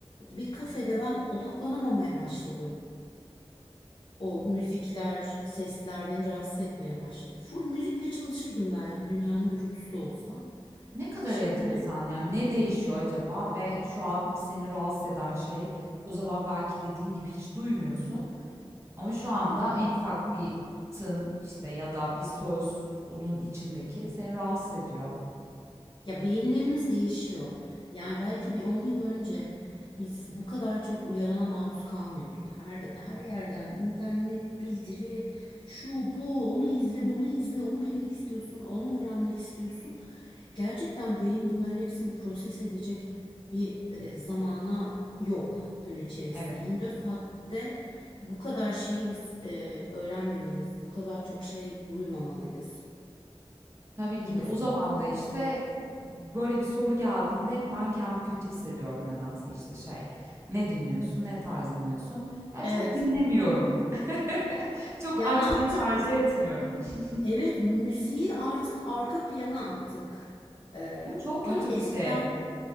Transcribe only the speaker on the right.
Ne kadar
enteresan yani ne değişiyor acaba ve şu an seni rahatsız eden şey o zaman belki dediğin gibi hiç duymuyorsun. Ama şu anda
en ufak bir tın işte ya da bir söz onun içindeki seni rahatsız ediyor.
Evet.
Tabii ki
de. O zaman da, işte, böyle bir soru geldiğinde hep ben kendimi kötü hissediyorum nedense. işte şey, "Ne dinliyorsun? Ne tarz dinliyorsun?" Ya,
çok dinlemiyorum. <laughs> Çok
açmayı
tercih etmiyorum. <laughs>
Bu çok kötü
bir şey.